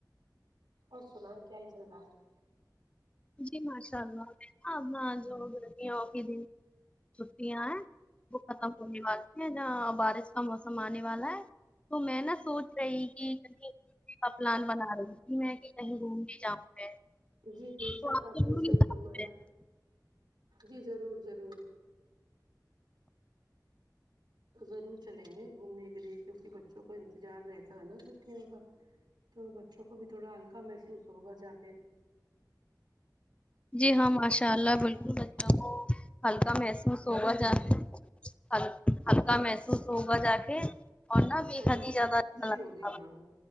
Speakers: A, on the right; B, on the left.
A: اور سنائیں کیا ہی چل رہا ہے
B: جی ماشاء اللہ ہاں جو گرمیوں کے دن چھٹیاں ہیں وہ ختم ہونے والی ہے یہاں بارش کا موسم آنے والا ہے تو میں نا سوچ رہی کی ا پلان بنا رہی تھی میں کہ کہیں گھومنے جاؤں میں
A: جی بے
B: تو
A: شک آپ
B: چلو
A: نے
B: گی
A: صحیح
B: ساتھ
A: فرمایا
B: میں
A: جی ضرور ضرور ضرور چلیں گے گھومنے کے لیے کیونکہ بچوں کو انتظار رہتا ہے نا چھٹیوں کا تو بچوں کو بھی تھوڑا ہلکا محسوس ہوگا جا کے
B: جی ہاں ماشاء اللہ بالکل بچوں کو ہلکا محسوس ہوگا جاکے ہل ہلکا محسوس ہوگا جا کے اورا بی
A: اور
B: خد
A: بچوں
B: ہی زدہ
A: کو
B: اچھا
A: خوشی
B: لگتا
A: ہوگی
B: <unintelligible>
A: ہاں